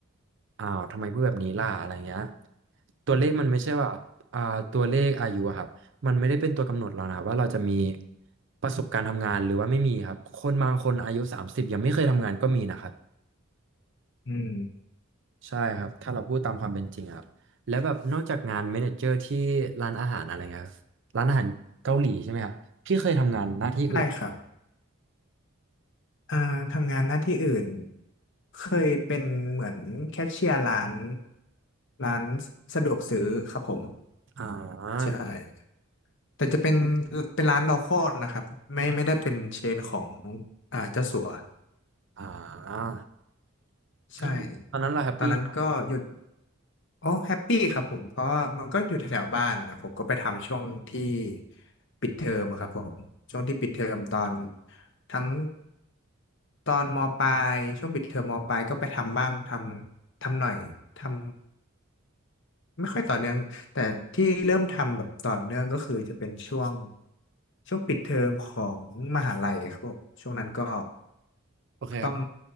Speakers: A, on the right; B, on the left.
A: อ้าวทำไมพูดแบบนี้ล่ะอะไรเงี้ยตัวเลขมันไม่ใช่ว่าอ่าตัวเลขอายุอะครับมันไม่ได้เป็นตัวกำหนดเรานะครับว่าเราจะมีประสบการณ์ทำงานหรือว่าไม่มีครับคนบางคนอายุสามสิบยังไม่เคยทำงานก็มีนะครับ
B: อืม
A: ใช่ครับถ้าเราพูดตามความเป็นจริงอะครับแล้วแบบนอกจากงานเมเนเจอร์ที่ร้านอาหารอะไรเงี้ยครับร้านอาหารเกาหลีใช่ไหมครับพี่เคยทำงานหน้าที่อื่น
B: ได้ครับอ่าทำงานหน้าที่อื่นเคยเป็นเหมือนแคชเชียร์ร้านร้านสะดวกซื้อครับผม
A: อ่า
B: ใช่แต่จะเป็นเป็นร้าน local นะครับไม่ไม่ได้เป็นเชนของอ่าเจ้าสัว
A: อ่า
B: ใช่
A: ก็คือตอนนั้นเราแฮปปี้ไหมครับ
B: ตอนนั้นก็หยุด โอ้แฮปปี้ครับผมเพราะว่ามันก็อยู่แถวๆบ้านนะครับผมก็ไปทำช่วงที่ปิดเทอมครับผมช่วงที่ปิดเทอมตอนทั้งตอนมปลายช่วงปิดเทอมมปลายก็ไปทำบ้างทำทำหน่อยทำไม่ค่อยต่อเนื่องแต่ที่เริ่มทำแบบต่อเนื่องก็คือจะเป็นช่วงช่วงปิดเทอมของมหาลัยครับผมช่วงนั้นก็
A: โอเคครับ
B: ต้อง